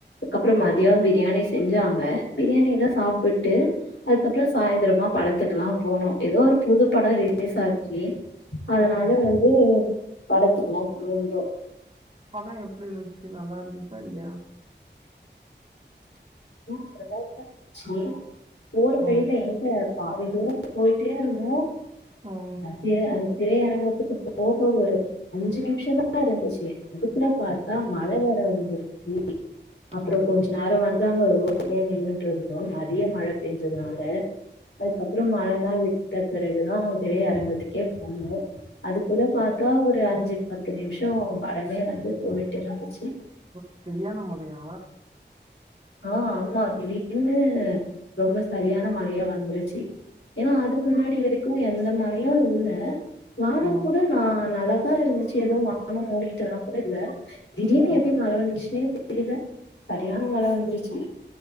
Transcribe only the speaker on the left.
அப்புறோ மதியோ
பிரியாணி செஞ்சாங்க பிரியாணி சாப்புட்டு அதுக்கப்புறோ சாயிந்திரமா படத்துக்குல்லா போனோ எதோ ஒரு புது படோ ரிலீஸ் ஆச்சு அதனால
வந்து படத்துக்கலா போயிருந்தோ
உ நல்லா தா இருந்துச்சு போற வழியில
எங்க பாதி தூரோ போய்ட்டே இருந்தோ
திர அந்த திரையரங்கத்துக்கு போக ஒரு அஞ்சு நிமிஷோ தா இருந்துச்சு அதுக்குல பாத்தா
மழ வேற வந்துருச்சு அப்புறோ
கொஞ்ச நேரோ வந்து இப்டிதாங்க ஒவ்வொர் எடத்துலயா நின்னுட்டுருந்தோ நெறைய மழ பேஞ்சுதுனால அதுக்கப்புறோ மழலா விட்டு விட்ட பிறகுதா திரை அரங்கத்துக்கே போனோ அதுக்குள்ள பாத்தா ஒரு அஞ்சு பத்து நிமிஷோ படமே வந்து போய்ட்டு இருந்துச்சு
ஆ ஆமா திடீர்னு ரொம்ப சரியான மழையா வந்துருச்சு ஏனா அதுக்கு முன்னாடி வரைக்கு எந்த மழயு இல்ல வானோ
கூட நா நல்லாதா இருந்துச்சு எதோ வானோ மூடிட்டுனா கூட இல்ல திடீர்ன்னு
எப்டி மழ வந்துச்சுன்னே தெரில சரியான மழ வந்துருச்சு